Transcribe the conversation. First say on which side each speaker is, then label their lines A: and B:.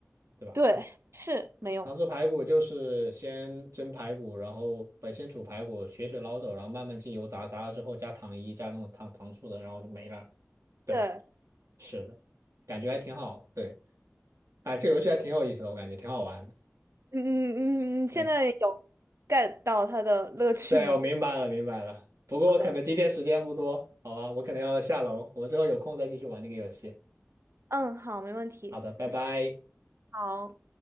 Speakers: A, on the right; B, on the right.
A: 对吧？
B: 对，是没有。
A: 糖醋排骨就是先蒸排骨，然后不先煮排骨，血水捞走，然后慢慢进油炸，炸了之后加糖衣，加那种糖糖醋的，然后就没了，对吧？
B: 对，嗯
A: 是的，感觉还挺好，对，哎，这游戏还挺有意思的，我感觉挺好玩的，
B: 嗯嗯，你现在有
A: 哎。
B: get 到它的乐趣吗？
A: 对，我明白了，明白了。不过可能今天时间不多，
B: 好的，
A: 好吧，我可能要下楼，我们之后有空再继续玩这个游戏。
B: 嗯，好，没问题。
A: 好的，拜拜。
B: 好。